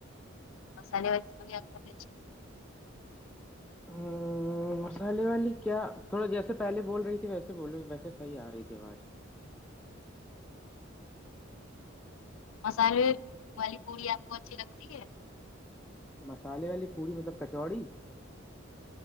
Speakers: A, on the left; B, in the centre.
A: مصالے وال آچگ
B: ہاں مسالے والی کیا تھوڑا جیسے پہلے بول رہی تھی ویسے بولو ویسےحی آ رہی تھی آواز
A: مسالے والی پوڑی آپ کو اچھی لگتی ہے
B: مسالے والی پوڑی مطلب کچوڑی